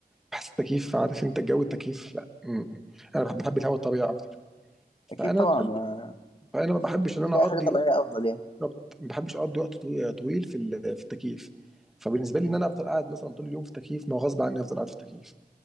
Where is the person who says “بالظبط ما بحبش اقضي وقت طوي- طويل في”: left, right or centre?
Centre